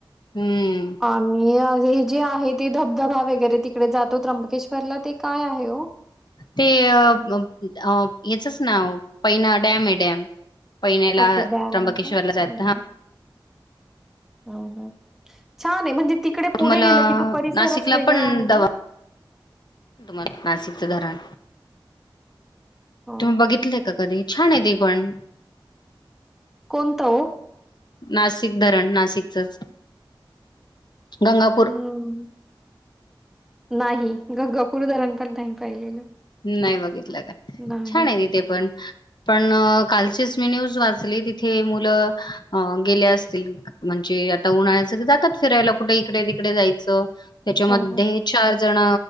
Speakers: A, on the left; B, in the centre.
A: हं.
B: आणि हे जे आहेत. ते धबधबा वगैरे तिकडे जातो त्र्यंबकेश्वरला ते काय आहे ओ
A: ते अ <unintelligible> याचच नाव पैना डॅम ये डॅम पैण्याला
B: ओके डॅम
A: त्र्यंबकेश्वरला
B: ये का
A: जात
B: हं
A: हा
B: हं हं हं छान ये म्हणजे तिकडे पुढे
A: तुम्हाला
B: गेलं की तो परिसरच
A: नाशिकला
B: वेगळा
A: पण
B: आहे
A: दवा
B: ना
A: तुम्हाला नाशिकच धरण
B: हां.
A: तुम्ही
B: हां.
A: बघितलय का कधी? छान ये ते पण
B: कोणत ओ?
A: नाशिक धरण नाशिकचच गंगापूर
B: हं. नाही गंगापूर धरण पण नाही पाहिलेलं.
A: नाही बघित ल काय
B: नाही.
A: छान ये तिथे पण पण कालचीच मी न्यूज वाचली तिथे मुलं अ गेले असतील म्हणजे आता उन्हाळायचं की जातात फिरायला कुठे इकडे तिकडे जायचं त्याच्यामध्ये
B: हो, हो.
A: चार जण